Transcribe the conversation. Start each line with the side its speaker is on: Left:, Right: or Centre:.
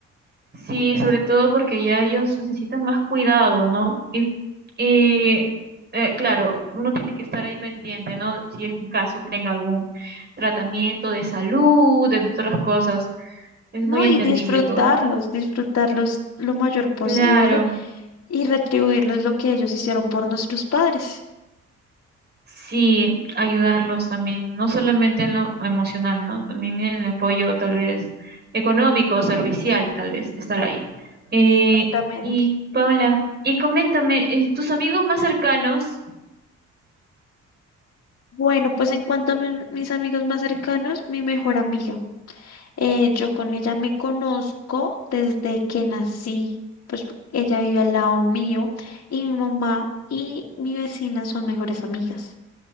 Right: Sí, sobre todo porque ya ellos necesitan más cuidado, ¿no? Y, y eh, claro, uno tiene que estar ahí pendiente, ¿no? Si es que en caso tenga algún tratamiento de salud, de otras cosas. Es
Left: No,
Right: muy entendible,
Left: y disfrutarlos,
Right: pues.
Left: disfrutarlos lo mayor posible
Right: Claro,
Left: y retribuirles lo que ellos hicieron por nuestros padres.
Right: sí, ayudarlos también, no solamente en lo emocional, ¿no? También en el apoyo tal vez económico, servicial, tal vez, estar ahí. Eh,
Left: Exactamente.
Right: y Paula, y coméntame, eh, ¿tus amigos más cercanos?
Left: Bueno, pues en cuanto a mi- mis amigos más cercanos, mi mejor amiga. Eh, yo con ella me conozco desde que nací. Pues ella vive al lado mío y mi mamá y mi vecina son mejores amigas.